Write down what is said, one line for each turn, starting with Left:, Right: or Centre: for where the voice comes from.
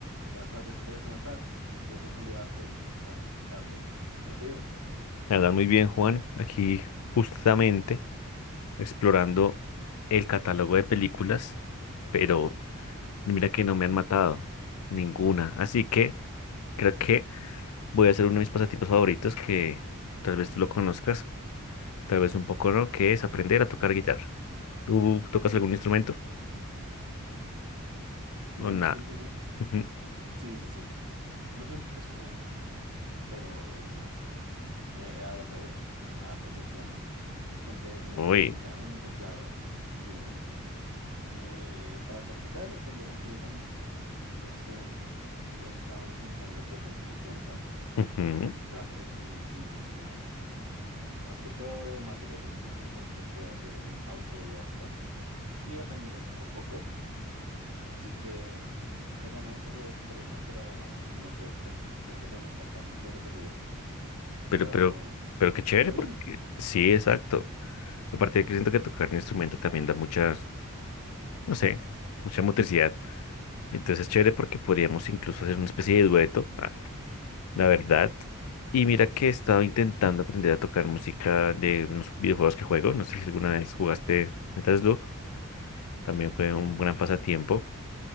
Right: Buenas tardes, Andrés, ¿cómo estás? Un placer saludarte en esta tarde. ¿Cómo te ha ido?
Left: La verdad, muy bien, Juan. Aquí justamente explorando el catálogo de películas, pero mira que no me han matado ninguna. Así que creo que voy a hacer uno de mis pasatiempos favoritos que tal vez tú lo conozcas, tal vez un poco no, que es aprender a tocar guitarra. ¿Tú tocas algún instrumento?
Right: Bueno,
Left: O nada.
Right: sí, sí, sí.
Left: Ujú.
Right: Sí, sí, sí. No soy un profesional, pero me he dado la tarea a aprender piano. Compré un
Left: Uy.
Right: piano, un teclado, sí, eh, para practicar y aprender empíricamente. Digamos que lo he estado intentando aprender por mi cuenta,
Left: ujú.
Right: con clases en línea, más que todo, material en línea con el que pueda ser un autodidacta, ir aprendiendo poco a poco Así que he ganado un poco de destreza, pero aún no soy experto. Siento que me falta mucho recorrido.
Left: Pero,
Right: Pero,
Left: pero, pero qué chévere
Right: pero
Left: porque
Right: bien.
Left: sí, exacto. Aparte de que siento que tocar un instrumento también da muchas, no sé, mucha motricidad. Entonces es chévere porque podríamos incluso hacer una especie de dueto, ah, la verdad. Y mira que
Right: Así,
Left: he estado intentando aprender a tocar música de unos videojuegos que juego. No sé si alguna vez jugaste Metal Slug. También fue un gran pasatiempo.